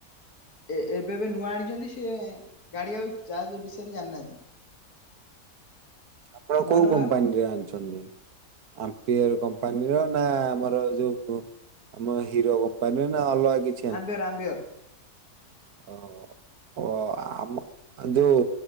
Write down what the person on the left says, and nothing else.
ଏ ଏବେ ଏବେ ନୂଆ ଆଣିଛନ୍ତି ସିଏ ଗାଡି ଆଉ ଚାର୍ଜ ବିଷୟରେ ଜାନ୍ ନାହାନ୍ତି।
ନୂଆ
ଆମ୍ୱିଅର୍ ଆମ୍ୱିଅର୍।